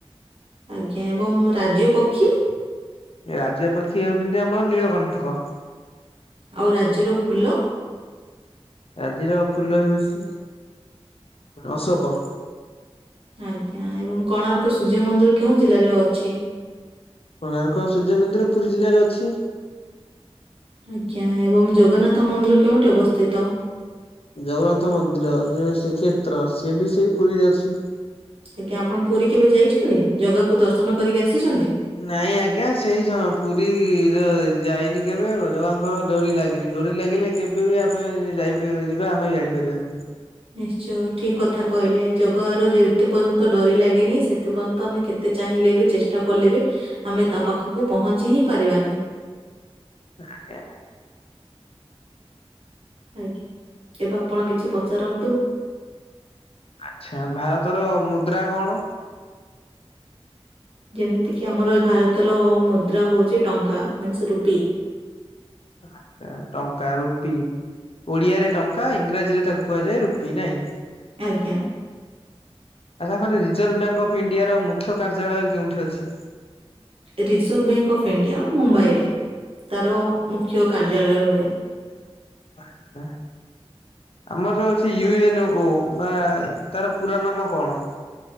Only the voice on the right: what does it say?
ଆଜ୍ଞା ଏବଂ ରାଜ୍ୟ ପକ୍ଷୀ?
ଆଉ ରାଜ୍ୟର ଫୁଲ?
ଆଜ୍ଞା ଏବଂ କୋଣାର୍କ ସୂର୍ଯ୍ୟ ମନ୍ଦିର କେଉଁ ଜିଲ୍ଲାରେ ଅଛି?
ଆଜ୍ଞା ଏବଂ ଜଗନ୍ନାଥ ମନ୍ଦିର କେଉଁଠି ଅବସ୍ଥିତ?
ଆଜ୍ଞା ଆପଣ ପୁରୀ କେବେ ଯାଇଛନ୍ତି? ଜାଗାକୁ ଦର୍ଶନ କରିକି ଆସିଛନ୍ତି।
ନିଶ୍ଚୟ ଠିକ କଥା କହିଲେ ଜଗାର ଯେତେ ପର୍ଯ୍ୟନ୍ତ ଡୋରି ଲାଗେନି ସେତେ ପର୍ଯ୍ୟନ୍ତ ଆମେ କେତେ ଯେତେ ଚାହିଁଲେ ବି ଚେଷ୍ଟା କଲେ ବି ଆମେ ତା ପାଖକୁ ପହଞ୍ଚି ହିଁ ପାରିବାନି।
ଆଜ୍ଞା ଏବେ ଆପଣ କିଛି ପଚାରନ୍ତୁ?
ଯେମିତିକି ଆମର ଏ ଭାରତର ମୁଦ୍ରା ହୋଉଛି ଟଙ୍କା ମିନ୍ସ ରୁପି।
ଆଜ୍ଞା।
ରିଜର୍ଭ ବ୍ୟାଙ୍କ ଅଫ୍ ଇଣ୍ଡିଆ ମୁମ୍ବାଇରେ ତାର ମୁଖ୍ୟ କାର୍ଯ୍ୟାଳୟ ରୁହେ।